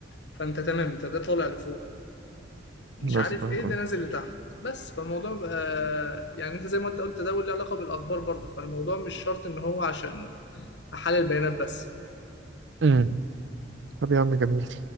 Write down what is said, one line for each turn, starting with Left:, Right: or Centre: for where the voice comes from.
Left: فانت تمام انت ده طالع لفوق مش
Right: مثلا
Left: عارف ايه
Right: اه
Left: ده نازل لتحت بس فالموضوع بقى يعني انت زي ما انت قلت ده له علاقه بالاخبار برضه فالموضوع مش شرط ان هو عشان احلل البيانات بس
Right: امم طب يا عم جميل